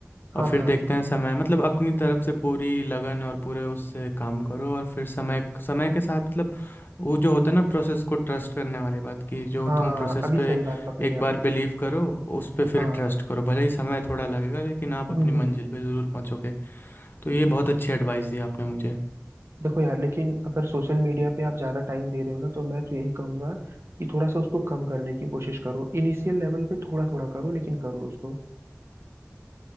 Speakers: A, on the right; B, on the left.
A: हाँ
B: और फिर
A: हाँ
B: देखते हैं समय मतलब अपनी तरफ से पूरी लगन और पूरे उससे काम करो और फिर समय समय के साथ मतलब वो जो होता है ना प्रोसेस को ट्रस्ट करने वाली बात कि जो
A: हाँ
B: तुम प्रोसेस
A: अभी
B: पे
A: सही बात पकड़ी
B: एक बार
A: आपने
B: बिलीव करो उस पे फिर
A: हाँ
B: ट्रस्ट करो भले ही समय थोड़ा लगेगा लेकिन आप अपनी
A: हम्म
B: मंजिल
A: हम्म
B: पे ज़रूर पहुंचोगे तो ये बहुत अच्छी एडवाइस दी आपने मुझे
A: देखो यार लेकिन अगर सोशल मीडिया पे आप ज़्यादा टाइम दे रहे हो ना तो मैं तो यही कहूंगा कि थोड़ा सा उसको कम करने की कोशिश करो इनिशियल लेवल पे थोड़ा थोड़ा करो लेकिन करो उसको